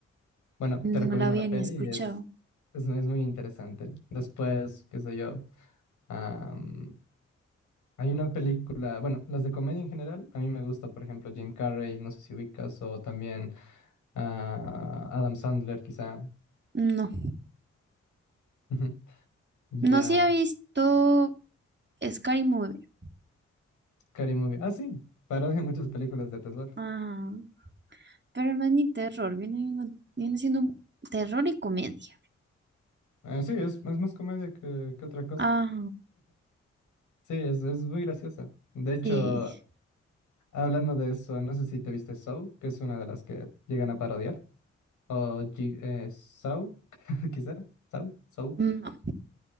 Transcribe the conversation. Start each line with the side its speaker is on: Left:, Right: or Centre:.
Left: Bueno,
Right: no
Left: te recomiendo
Right: la había
Left: la
Right: ni
Left: peli
Right: escuchado.
Left: y es... Es, es muy interesante. Después, qué sé yo. Am, hay una película, bueno, las de comedia en general, a mí me gusta, por ejemplo, Jim Carrey, no sé si ubicas, o también ah, Adam Sandler, quizá.
Right: No,
Left: <laughs> Ya,
Right: no sí he visto Scary Movie.
Left: Scary Movie. Ah, sí, parodia muchas películas de terror.
Right: Ajá. Pero no es ni terror, viene, viendo- viene siendo un terror y comedia.
Left: Eh, sí, es, es más comedia que, que otra cosa.
Right: Ajá,
Left: Sí, es, es muy graciosa. De hecho,
Right: sí.
Left: hablando de eso, no sé si te viste Saw, que es una de las que llegan a parodiar, o G- eh, Saw, <laughs> quizá, Saw, Saw.
Right: No,